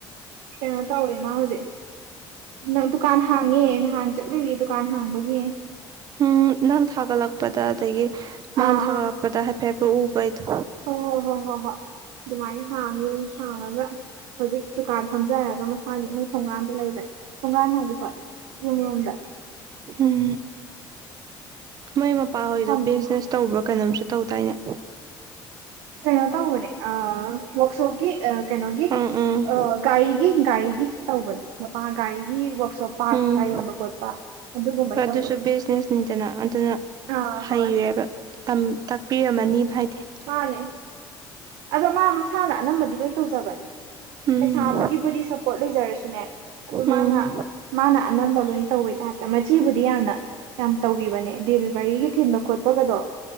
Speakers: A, on the right; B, on the right.
A: ꯀꯩꯅꯣ ꯇꯧꯋꯦ ꯃꯥ ꯍꯨꯖꯤꯛ ꯅꯪ ꯗꯨꯀꯥꯟ ꯍꯥꯡꯉꯦ ꯅꯍꯥꯟ ꯆꯠꯂꯨꯏꯌꯦ ꯗꯨꯀꯥꯟ ꯍꯥꯡꯕꯒꯤ
B: ꯎꯝ ꯅꯪ ꯊꯥꯒꯠꯂꯛꯄꯗ ꯑꯗꯒꯤ ꯃꯥꯅ
A: ꯑꯥ
B: ꯊꯥꯒꯠꯂꯛꯄꯗ ꯍꯥꯏꯐꯦꯠ ꯍꯥꯏꯐꯦꯠ ꯎꯕ ꯑꯩꯗꯣ
A: ꯍꯣ ꯍꯣ ꯍꯣ ꯍꯣ ꯍꯣ ꯗꯨꯃꯥꯏꯅ ꯍꯥꯡꯉꯦ ꯍꯥꯡꯉꯒ ꯍꯣꯖꯤꯛ ꯗꯨꯀꯥꯟ ꯐꯝꯖꯔꯒ ꯃꯁꯥꯒꯤ ꯃꯣꯏꯠ ꯊꯣꯡꯉꯥꯝꯗ ꯂꯩꯕ ꯊꯣꯡꯉꯥꯟ ꯍꯥꯏꯗꯤꯀꯣ ꯌꯨꯝꯔꯣꯝꯗ
B: ꯎꯝ ꯃꯣꯏ ꯃꯄꯥꯍꯣꯏꯗꯣ
A: ꯐꯝꯃꯤꯃ
B: ꯕꯤꯖꯤꯅꯦꯁ ꯇꯧꯕ꯭ꯔꯥ ꯀꯩꯅꯣꯝꯁꯨ ꯇꯧꯗꯥꯏꯅꯦ
A: ꯀꯩꯅꯣ ꯇꯧꯕꯅꯦ ꯑ ꯋꯛꯁꯣꯞꯀꯤ ꯑ ꯀꯩꯅꯣꯒꯤ
B: ꯎꯝ ꯎꯝ
A: ꯑ ꯒꯥꯔꯤꯒꯤ ꯒꯥꯔꯤꯒꯤ ꯇꯧꯕꯅꯤ ꯃꯄꯥ ꯒꯥꯔꯤꯒꯤ ꯋꯥꯛꯁꯣꯞ ꯄꯥꯔꯠꯁ
B: ꯎꯝ
A: ꯀꯥꯏ ꯌꯣꯟꯕ ꯈꯣꯠꯄ ꯑꯗꯨꯒꯨꯝꯕꯩ
B: ꯑꯗꯨꯁꯨ
A: ꯇꯧꯕꯅꯦ
B: ꯕꯤꯖꯅꯦꯁꯅꯤꯗꯅ ꯑꯗꯨꯅ
A: ꯑꯥ
B: ꯍꯩꯔꯦꯕ
A: ꯍꯣꯏ
B: ꯇꯥꯛꯄꯤꯔꯝꯃꯅꯤ ꯚꯥꯏꯗꯤ
A: ꯃꯥꯅꯦ ꯑꯗꯣ ꯃꯥ ꯃꯁꯥꯅ ꯑꯅꯝꯕꯗꯤ ꯂꯣꯏ ꯇꯧꯖꯕꯟ
B: ꯎꯝ
A: ꯄꯩꯁꯥꯒꯤꯕꯨꯗꯤ ꯁꯞꯄꯣꯔꯠ ꯂꯩꯖꯔꯁꯨꯅꯦ ꯑꯗꯨ
B: ꯎꯝ
A: ꯃꯥꯅ ꯃꯥꯅ ꯑꯅꯝꯕ ꯂꯣꯏ ꯇꯧꯋꯦ ꯇꯥꯔꯦ ꯃꯆꯦꯕꯨꯗꯤ ꯌꯥꯝꯅ ꯌꯥꯝ ꯇꯧꯕꯤꯕꯅꯦ ꯗꯤꯜꯚꯔꯤꯒꯤ ꯊꯤꯟꯕ ꯈꯣꯠꯄꯒꯗꯣ